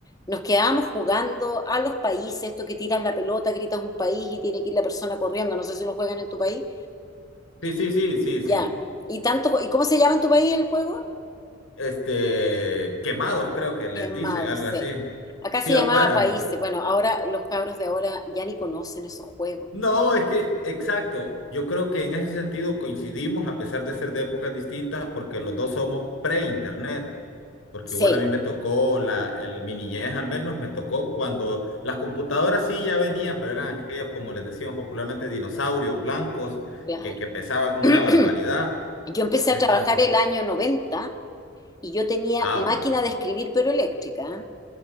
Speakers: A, on the left; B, on the left.
A: nos quedábamos jugando a los países, esto que tiras la pelota, gritas un país y tiene que ir la persona corriendo, no sé si lo juegan en tu país,
B: Sí, sí, sí, sí,
A: ya.
B: sí.
A: ¿Y tanto, y cómo se llama en tu país el juego?
B: este, quemados, creo que les
A: Quemado,
B: dicen algo
A: sí.
B: así.
A: Acá
B: Sí,
A: se llamaba
B: bueno,
A: países. Bueno, ahora los cabros de ahora ya ni conocen esos juegos.
B: no, es que, exacto, yo creo que en ese sentido coincidimos a pesar de ser de épocas distintas porque los dos somos pre-internet, porque
A: Sí,
B: igual a mí me tocó, la, el, mi niñez al menos me tocó cuando las computadoras sí ya venían, pero eran aquellos, como les decíamos popularmente, dinosaurios blancos
A: claro.
B: que, que pesaban una barbaridad.
A: <clears throat> Yo empecé
B: Entonces,
A: a trabajar el año 90 y yo tenía
B: ah,
A: máquina
B: ok,
A: de escribir, pero eléctrica. ¿eh?